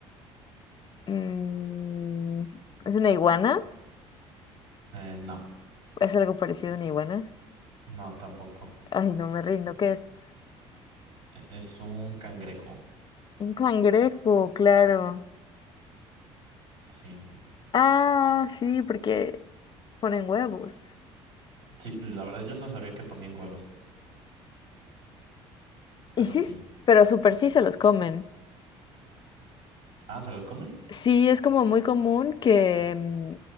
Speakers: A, on the left; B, on the right.
A: mm, ¿es una iguana?
B: Eh, no,
A: ¿Es algo parecido a una iguana?
B: no, tampoco.
A: Ay, no me rindo, ¿qué es?
B: E- Es un cangrejo.
A: Un cangrejo, claro.
B: Sí.
A: Ah, sí, porque ponen huevos.
B: Sí, la verdad yo no sabía que ponían huevos, pero
A: Y sí,
B: sí.
A: s- pero súper sí se los comen.
B: Ah, ¿se los comen?
A: Sí, es como muy común que mm,